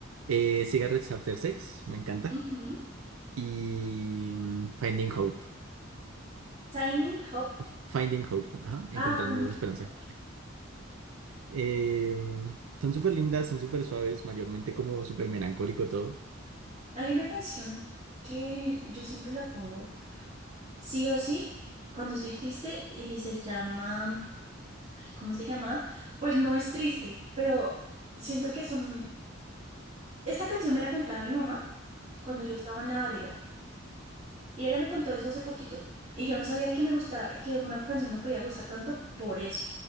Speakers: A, on the right; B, on the right.
A: Eh, Cigarettes After Sex, me encanta.
B: Ujú.
A: Y mm, Finding Hope,
B: Tiny Hop.
A: F- Finding Hope, ajá, encontrando
B: Ah, Fanny
A: esperanza.
B: Hop, ok.
A: Eh, son súper lindas, son súper suaves, mayormente como súper melancólico todo.
B: Hay una canción que yo siempre la pongo, sí o sí, cuando estoy triste y se llama, ay, ¿cómo se llama? Pues no es triste, pero siento que son Esta canción me la cantaba mi mamá cuando yo estaba en la barriga y ella me contó eso hace poquito y yo no sabía que me gustaba, que una canción me podía gustar tanto por eso.